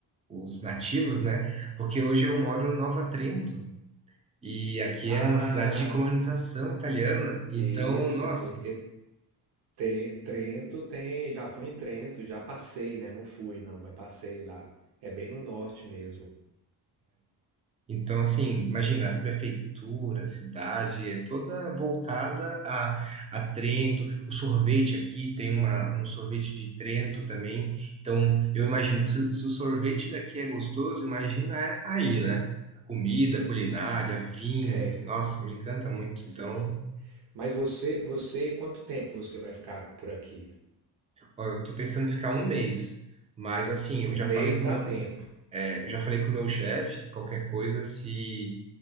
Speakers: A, on the right; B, on the right.
A: os nativos, né? Porque hoje eu moro em Nova Trento, e aqui
B: Ah,
A: é uma cidade de colonização italiana. Então,
B: isso,
A: nossa,
B: porque Te- Trento tem, já fui em Trento, já passei, né? Não fui não, mas passei lá. É bem no norte mesmo.
A: Então, assim, imagina, a prefeitura, a cidade, é toda voltada a, a Trento. O sorvete aqui tem uma, um sorvete de Trento também. Então, eu imagino que se, se o sorvete daqui é gostoso, imagina é aí, né? Comida, culinária, vinhos.
B: É,
A: Nossa, me encanta muito.
B: sim.
A: Então,
B: Mas você, você, quanto tempo você vai ficar por aqui?
A: ó, eu tô pensando em ficar um mês. Mas, assim, eu
B: Um
A: já
B: mês
A: falei com
B: dá
A: o meu,
B: tempo.
A: é, já falei com o meu chefe, qualquer coisa, se.